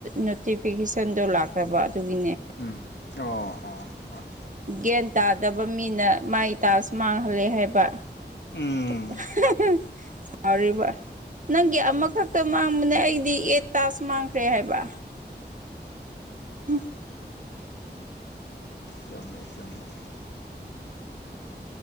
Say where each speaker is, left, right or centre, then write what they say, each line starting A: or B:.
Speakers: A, on the right; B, on the left.
A: ꯅꯣꯇꯤꯐꯤꯀꯦꯁꯟꯗꯣ ꯂꯥꯛꯇꯕ ꯑꯗꯨꯒꯤ ꯒꯤꯅꯦ
B: ꯎꯝ ꯑꯣ ꯑꯣ ꯍꯣꯢ
A: ꯒ꯭ꯌꯥꯟ ꯇꯥꯗꯕ ꯃꯤꯅ ꯃꯥꯏ ꯇꯥꯛꯁ ꯃꯥꯡꯍꯜꯂꯦ ꯍꯥꯏꯕ <unintelligible>
B: ꯎꯝ
A: ꯁꯥꯎꯔꯤꯕ ꯅꯪꯒꯤ ꯑꯃꯈꯛꯇ
B: ꯆꯨꯝꯃꯦ ꯆꯨꯝꯃꯦ
A: ꯃꯥꯡꯕꯅꯦ ꯑꯩꯗꯤ ꯑꯦꯠ ꯇꯥꯛꯁ ꯃꯪꯈ꯭ꯔꯦ ꯍꯥꯏꯕ ꯎꯝ
B: ꯆꯨꯝꯃꯦ ꯆꯨꯝꯃꯦ